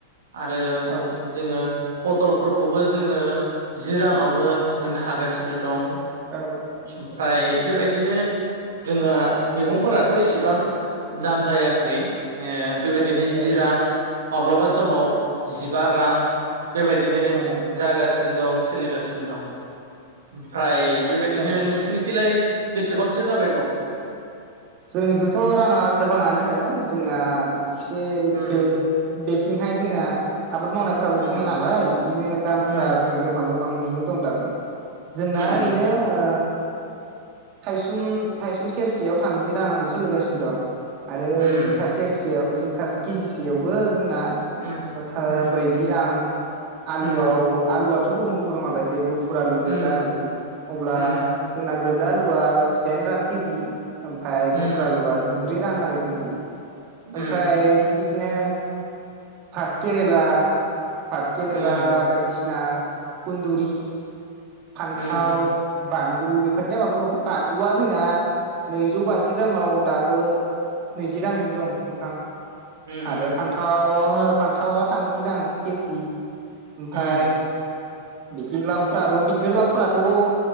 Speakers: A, on the right (about 75°); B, on the right (about 45°).
A: आरो
B: औ
A: जोङो पटलफोरखौबो जोङो जि राङावनो मोननो हागासिनो दं।
B: औ औ
A: ओमफ्राय बेबायदिनो जोंहा मैगंफोराथ इसेबां दाम जायाखै ए बेबायदिनो
B: औ
A: जि रां माब्लाबा समाव जिबा रां बेबायदिनो
B: औ
A: जागासिनो दं। सोलिगासिनो दं ओमफ्राय बेबायदिनो
B: औ
A: नोंसोर निखिलाय? बेसेबांथो जाबाय दं?
B: जोंनिखौथ राङा गोबाङानो जोंना से
A: उम
B: बे बे थिंहाय जोंना आबाद मावनायफ्राबो
A: उम
B: खम नालाय बिदिनो दामफोरा
A: उम
B: जोंना गोबां गोब बाङैनो दं दाबो। जोंना
A: उम
B: ओरैनो ओ थाइसुम थाइसुम सेरसेयाव थामजि राङानो सोलगासिनो दं। आरो
A: उम
B: जिंखा सेरसेयाव जि काज केजिसेयावबो जोंना
A: उम
B: ओ था
A: उम
B: ब्रैजि रां आलुआव
A: उम
B: आलुआथ थु गुबुन गुबुनाव मालाय जे गु फुर आलु गोजा
A: उम
B: आलु अब्ला
A: उम
B: जोंना गोजा आलुवा जिदाइन रां केजि। ओमफाय
A: उम
B: गुफुर आलुआ जिब ब्रै रां आरो केजि ।
A: उम
B: ओमफ्राय बिदिनो फाटकेरेला फातकेेरेला
A: उम
B: बायदिसिना खुन्दुरि फान्थाव,
A: उम
B: बानलु बेफोरनि दामाबो गोबाव बानलुवा जोंना नैजौ बाजि ग्रामाव दाबो नैजि राङैनो दं नोंथां
A: उम
B: आरो फान्थावा फान्थावा थामजि रां केजि
A: उम
B: ओमफाय बिखि लावफ्राबो बिदिनो लावफ्राथ'ओ